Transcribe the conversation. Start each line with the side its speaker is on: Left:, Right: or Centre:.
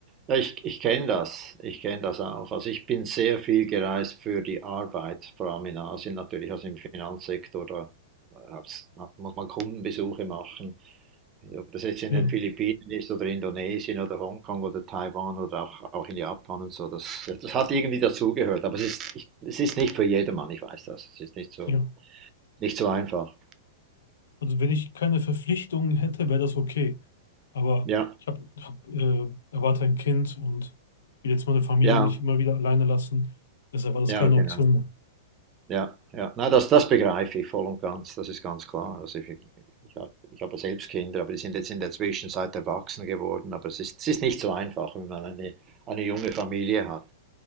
Right: Ja, ich ich kenne das. Ich kenne das auch. Also ich bin sehr viel gereist für die Arbeit, vor allem in Asien natürlich, also im Finanzsektor. Da äh, hab's, muss man Kundenbesuche machen. Ob das jetzt in
Left: Ja,
Right: den Philippinen ist oder Indonesien oder Hongkong oder Taiwan oder auch, auch in Japan und so, das, das hat irgendwie dazugehört. Aber es ist, ich, es ist nicht für jedermann, ich weiß das. Es ist nicht so,
Left: ja.
Right: nicht so einfach.
Left: Also wenn ich keine Verpflichtungen hätte, wäre das okay. Aber
Right: Ja,
Left: ich hab, hab, äh, erwarte ein Kind und will jetzt meine Familie
Right: ja,
Left: nicht immer wieder alleine lassen. Deshalb war das
Right: ja,
Left: keine
Right: genau.
Left: Option mehr.
Right: Ja, ja. Na, das, das begreife ich voll und ganz, das ist ganz klar. Also ich, ich habe ich habe selbst Kinder, aber die sind jetzt in der Zwischenzeit erwachsen geworden. Aber es ist, es ist nicht so einfach, wenn man eine, eine junge Familie hat.